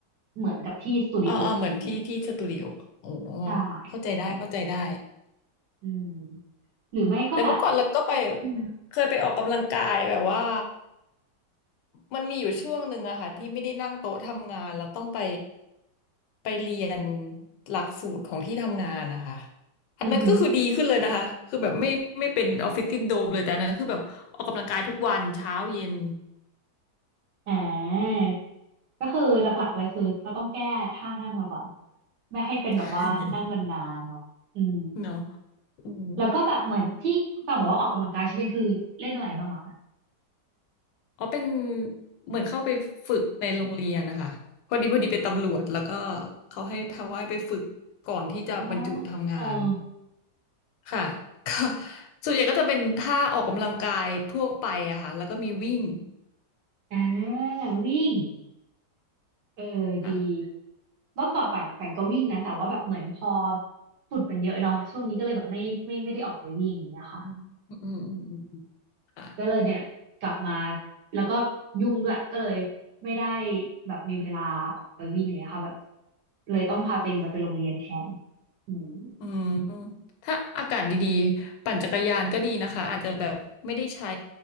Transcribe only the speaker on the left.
อ่าอ่าเหมือนที่ที่สตูดิโอโอ้
เข้าใจได้เข้าใจได้
แต่เมื่อก่อนเราก็ไป
เคยไปออกกำลังกายแบบว่ามันมีอยู่ช่วงหนึ่งอะค่ะที่ไม่ได้นั่งโต๊ะทำงานแล้วต้องไปไปเรียนหลักสูตรของที่ทำงานนะคะอันนั้นก็คือดีขึ้นเลยนะคะคือแบบไม่ไม่เป็นออฟฟิศซินโดรมเลยแต่อันนั้นคือแบบออกกำลังกายทุกวันเช้าเย็น
<laughs> เนาะอืม
อ๋อเป็นเหมือนเข้าไปฝึกในโรงเรียนนะคะพอดีพอดีเป็นตำรวจแล้วก็เขาให้พาว่ายไปฝึกก่อนที่จะบรรจุทำงาน
ค่ะ <laughs> ก็ส่วนใหญ่ก็จะเป็นท่าออกกำลังกายทั่วไปอะค่ะแล้วก็มีวิ่ง
ค่ะ
อืมอืมอืมอืมอืมค่ะ
อืมถ้าอากาศดีๆปั่นจักรยานก็ดีนะคะอาจจะแบบไม่ได้ใช้